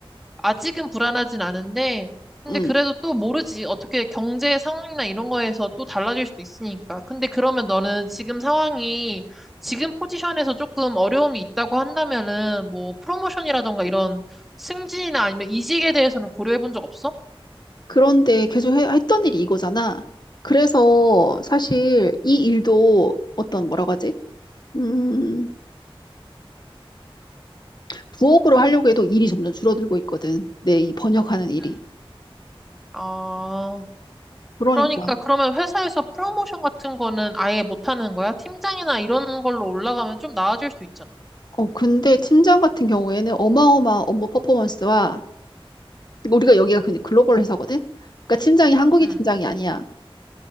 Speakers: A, in the centre; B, on the left.
A: 아직은 불안하진 않은데, 근데
B: 음.
A: 그래도 또 모르지. 어떻게 경제 상황이나 이런 거에서 또 달라질 수도 있으니까. 근데 그러면 너는 지금 상황이 지금 포지션에서 조금 어려움이 있다고 한다면은 뭐 프로모션이라던가 이런 승진이나 아니면 이직에 대해서는 고려해 본 적 없어?
B: 그런데 계속 해- 했던 일이 이거잖아. 그래서 사실 이 일도 어떤 뭐라고 하지? 음, 부업으로 하려고 해도 일이 점점 줄어들고 있거든. 내 이 번역하는 일이.
A: 음. 아,
B: 그러니까
A: 그러니까 그러면 회사에서 프로모션 같은 거는 아예 못하는 거야? 팀장이나 이런 걸로 올라가면 좀 나아질 수 있잖아.
B: 어, 근데 팀장 같은 경우에는 어마어마한 업무 퍼포먼스와 우리가 여기가 그냥 글로벌 회사거든? 그러니까 팀장이 한국인
A: 음.
B: 팀장이 아니야.